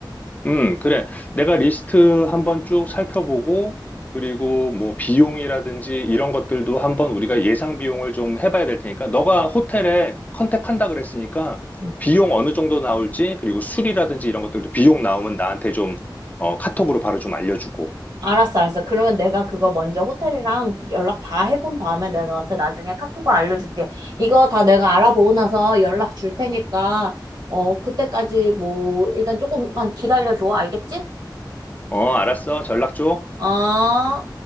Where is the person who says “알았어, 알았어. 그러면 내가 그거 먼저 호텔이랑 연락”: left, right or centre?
Right